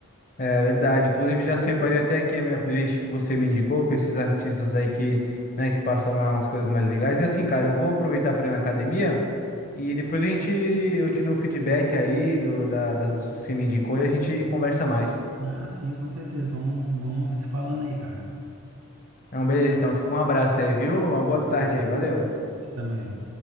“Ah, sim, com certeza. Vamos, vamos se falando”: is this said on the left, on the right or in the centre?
Right